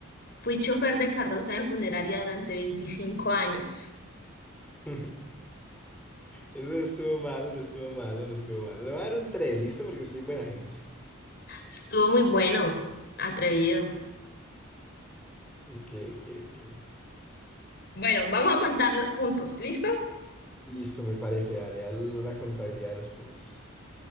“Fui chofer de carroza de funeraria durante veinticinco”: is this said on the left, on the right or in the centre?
Left